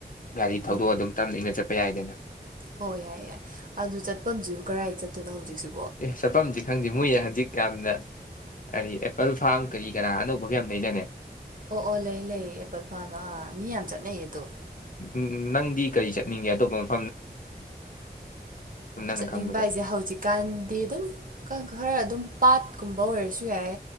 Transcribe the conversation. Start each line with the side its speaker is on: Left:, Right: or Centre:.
Left: ꯒꯥꯔꯤ
Right: ꯎꯝ
Left: ꯊꯧꯗꯣꯛꯑ ꯑꯗꯨꯝ ꯇꯞꯅ ꯏꯪꯅ ꯆꯠꯄ ꯌꯥꯏꯗꯅ꯫
Right: ꯑꯣ ꯌꯥꯏ ꯌꯥꯏ ꯑꯗꯨ ꯆꯠꯐꯝꯁꯤꯕꯨ ꯀꯔꯥꯏ ꯆꯠꯇꯣꯏꯅꯣ ꯍꯧꯖꯤꯛꯁꯤ꯫
Left: ꯑꯦ ꯆꯠꯐꯝꯁꯤ ꯈꯪꯗꯦ ꯃꯣꯏ ꯍꯧꯖꯤꯛ ꯌꯥꯝꯅ ꯀꯔꯤ ꯑꯦꯄꯜ ꯐꯥꯔꯝ ꯀꯔꯤ ꯀꯔꯥ ꯑꯅꯧꯕꯒ ꯌꯥꯝ ꯂꯩꯗꯅꯦ
Right: ꯑꯣ ꯑꯣ ꯂꯩ ꯂꯩ ꯑꯦꯄꯜ ꯐꯥꯔꯝ ꯑꯥ ꯃꯤ ꯌꯥꯝ ꯆꯠꯅꯩꯌꯦ ꯑꯗꯣ
Left: ꯎꯝ ꯅꯪꯗꯤ ꯀꯔꯤ ꯆꯠꯅꯤꯡꯒꯦ <unintelligible> ꯁꯨꯝ ꯅꯪꯅ
Right: ꯆꯠꯅꯤꯡꯕ
Left: ꯈꯪꯕꯗ
Right: ꯍꯥꯏꯁꯦ ꯍꯧꯖꯤꯛꯀꯥꯟꯗꯤ ꯑꯗꯨꯝ ꯈꯔ ꯑꯗꯨꯝ ꯄꯥꯠ ꯀꯨꯝꯕ ꯑꯣꯏꯔꯁꯨ ꯌꯥꯏ